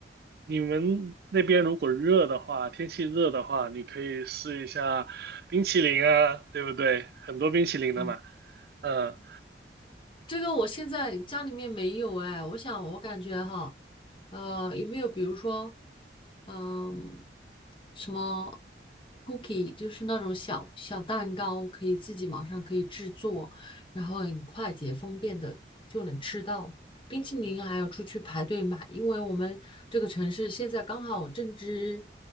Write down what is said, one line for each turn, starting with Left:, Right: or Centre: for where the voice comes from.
Right: 你们那边如果热的话，天气热的话，你可以试一下冰淇淋啊，对不对？很多冰淇淋的嘛，
Left: 嗯。
Right: 嗯。
Left: 这个我现在家里面没有哎，我想我感觉哈，呃，有没有比如说，嗯、什么 cookie，就是那种小小蛋糕，可以自己马上可以制作，然后很快捷方便的就能吃到。冰淇淋还要出去排队买，因为我们这个城市现在刚好正值